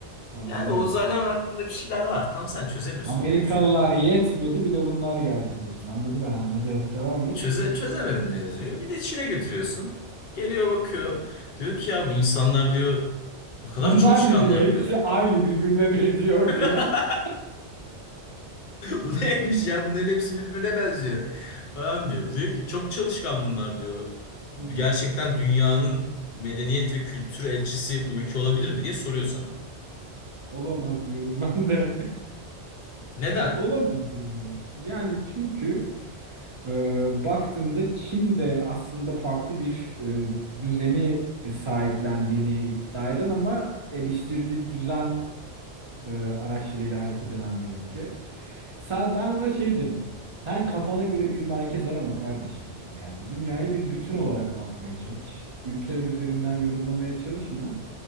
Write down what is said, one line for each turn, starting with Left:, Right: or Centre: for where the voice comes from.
Right: Anladı.
Left: yani o uzaylıların aklında bir şeyler var tam sen çözemiyorsun
Right: Amerikalılar
Left: mevzuyu.
Right: yetmedi bir de bunlar geldi diyorsun. Anladı ben anladı. Devam et.
Left: Çöze, çözemedin mevzuyu. Bir de Çin'e götürüyorsun. Geliyor bakıyor. Diyor ki ya bu insanlar diyor ne kadar
Right: Bunlar
Left: çalışkanlar
Right: ne diyor? Hepsi
Left: diyor.
Right: aynı birbirine benziyor
Left: <laughs>
Right: diyor. <laughs>
Left: Bu neymiş ya bunların hepsi birbirine benziyor falan diyor. Diyor ki çok çalışkan bunlar diyor.
Right: Hı hı.
Left: Gerçekten dünyanın medeniyet ve kültür elçisi bu ülke olabilir mi diye soruyor sana.
Right: Olamaz diyorum ben de.
Left: Neden?
Right: <laughs> Olamaz yani. Yani çünkü e, baktığında Çin de aslında farklı bir e, düzeni sahiplendiğini iddia eden ama eleştirdiği düzen e, araçlarıyla hareket eden bir ülke. Sen ben ona şey derim. Sen kafana göre bir merkez arama kardeşim derim. Yani bir dünyaya bir bütün olarak bakmaya çalış. Ülkeler üzerinden yorumlamaya çalışma.